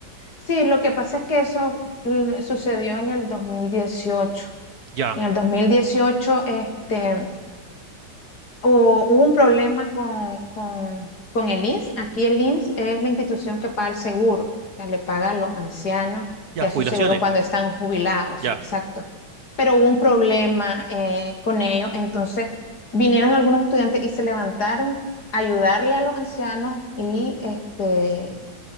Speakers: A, on the left; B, on the right.
A: Sí, lo que pasa es que eso mm, sucedió en el 2018.
B: Ya,
A: En el 2018, este, hu- hubo un problema con, con, con el INSS. Aquí el INSS es la institución que paga el seguro, o sea, le paga a los ancianos
B: ya,
A: ya
B: jubilaciones,
A: su seguro cuando están jubilados,
B: ya.
A: exacto. Pero hubo un problema eh, con ellos, entonces vinieron algunos estudiantes y se levantaron a ayudarle a los ancianos y este,